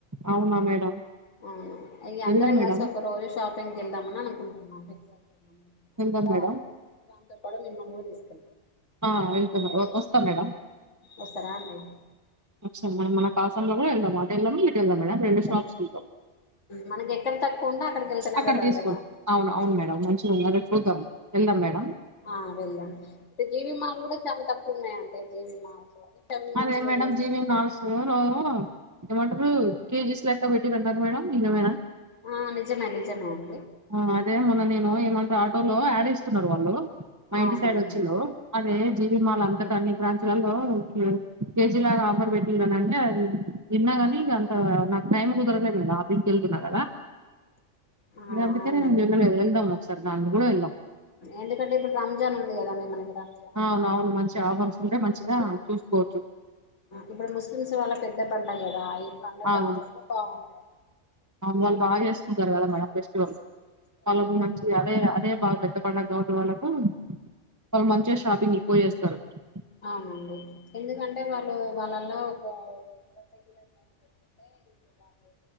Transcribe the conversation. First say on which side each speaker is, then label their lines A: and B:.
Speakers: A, on the right; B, on the left.
A: అవునా మేడం
B: అవునా ఇగ
A: వెళ్దాం
B: అందరం
A: మేడం
B: కలిసి ఒక రోజు షాపింగ్ వెళ్దామని అకుంటున్నాం ఫిక్స్ అయి అవున
A: వెళ్దాం మేడం
B: ఆ అంత పడనిన మూడు ఇస్తున్నారు
A: ఆ వెళ్తున్నాం వస్తా మేడం
B: వస్తారా అండి
A: సో మనం మనకి ఆసాంలోనే వెల్దాం ఆటోలో వెళ్దామా లేక నడిచి ఎళ్దామ్ మేడమ్ రేండు
B: అటెల్దాం
A: షాప్స్ చూద్దాం
B: మనకి ఎక్కడ తక్కువ ఉంటే అక్కడికి వెళ్తేనే
A: అక్కడ
B: బెటర్
A: తీసుకుని
B: కదా
A: అవును అవును మేడం మంచి ఉంది అక్కడ చూద్దాం ఎళ్దాం మేడమ్
B: ఆ వెళ్దాం అంటే జీవి మాల్ కూడా చాలా తక్కువ ఉన్నాయ్ అంట జీవి మాల్స్ అని షాపింగ్ మాల్స్
A: అదే
B: లో
A: మేడం
B: చేస్తారు
A: జీవి మాల్ లో టొమాటలు కేజీస్ లెక్క పెట్టిరంటన్లు మేడం నిజమేనా
B: ఆ నిజమే నిజమే అండి
A: ఆ అదే మొన్న నేను ఏమంటర్ ఆటోలో యాడ్ ఇస్తున్నారు వాళ్ళు మా
B: అవునవును
A: ఇంటి సైడ్ వచ్చింద్రు అదే జీవి మాల్ అనుక్ అంతటి అన్ని బ్రాంచి లల్లో కేజీలాగా ఆఫర్ పెట్టినృ నంటే అది విన్నా కానీ ఇక అంత నాకు టైం కుదరల మేడమ్ ఆఫీస్కి వెళ్తున్నా కదా
B: ఆ
A: మీరందుకనే
B: అవునండి
A: వెళ్లలేదా వెళ్దాం ఒకసారి దానికి కూడా వెళ్దాం
B: ఎందుకంటే ఇప్పుడు రంజాన్ ఉంది కదండి మనకి రంజాన్
A: అవునవును మంచి ఆఫర్స్
B: ఉంది
A: ఉంటే
B: కాబటి
A: మంచిగా చూసుకోవచ్చు
B: ఇప్పుడు ముస్లిమ్స్ వాళ్ళ పెద్ద పల్లా కదా పండక్కి
A: అవును
B: ఆపోర్లు బావుంటాయి
A: వాళ్ళు బాగా చేసుకుంటారు కదా మేడం
B: స్టోన్స్
A: ఫెస్టివల్
B: వాళ్ళు యూజ్ చేస్తారు
A: వాళ్ళకు
B: కదా
A: మంచి అదే అదే బాగా పెద్ద పండుగ కావటి వాళ్ళకు వాళ్ళు మంచిగాషాపింగ్ కి పోయి వస్తారు చేేస్తారు
B: అవునండి ఎందుకంటే వాళ్ళు వాళ్ళలా మద్ద తగ్గ ఏంటందంటే ఇప్పుడు వాళ్ళు